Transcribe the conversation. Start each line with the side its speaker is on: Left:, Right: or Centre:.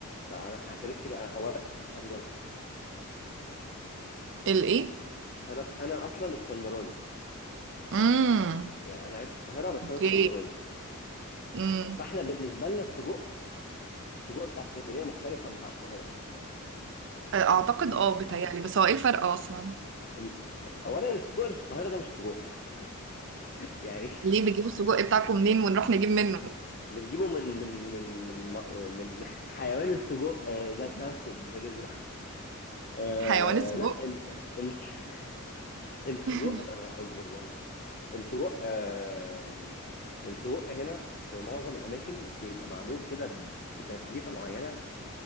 Left: طب انا هعترف لك أنا- اولا اسكندر
Right: الايه
Left: انا انا اصلا اسكندراني
Right: امم
Left: يعني انا عايش في القاهره بس
Right: اوكي
Left: انا اسكندراني
Right: امم
Left: فاحنا بالنسبه لنا السجق السجق بتاع اسكندريه مختلف عن بتاع القاهره
Right: اعتقد
Left: ال...
Right: اه بيتهيألي بس هو ايه الفرق اصلا
Left: ال... اولا السجق اللي في القاهره ده مش سجق <laughs> يعني
Right: ليه بتجيبوا السجق بتاعكم منين ونروح نجيب منه
Left: بنجيبه من من من من م- من <laughs> حيوان السجق آه، ذات نفسه بنزرع آه
Right: حيوان السجق
Left: لا ال... ال... <laughs> السجق
Right: <laughs>
Left: بهزر بهزر السجق آه السجق هنا في معظم الاماكن بيبقى معمول كده ب- بتتبيله معينه